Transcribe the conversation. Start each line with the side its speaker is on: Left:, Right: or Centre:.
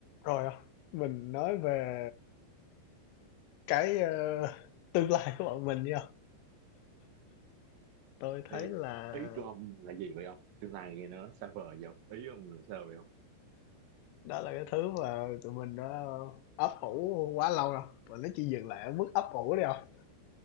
Left: Rồi à, mình nói về cái, ơ, tương lai của bọn mình đi Tôi thấy
Right: ý
Left: là
Right: ý của ông là gì vậy ông tương lai nghe nó xa vời vậy ông ý ông là sao vậy ông
Left: đó là cái thứ mà tụi mình đã ấp ủ quá lâu rồi, và nó chỉ dừng lại ở mức ấp ủ đi không,